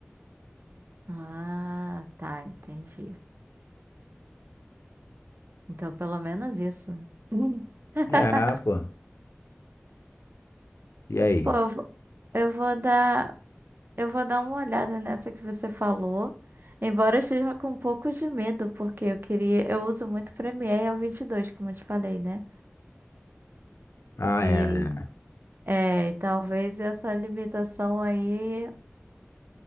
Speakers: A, on the right; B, on the left.
A: Ah, tá, entendi. Então, pelo menos isso. <laughs>
B: É, pô. E aí?
A: Pô, eu vou eu vou dar. Eu vou dar uma olhada nessa que você falou. Embora eu esteja com um pouco de medo, porque eu queria, eu uso muito Premiere e o 22, como eu te falei, né?
B: Ah,
A: E
B: é. é.
A: é, e talvez essa limitação aí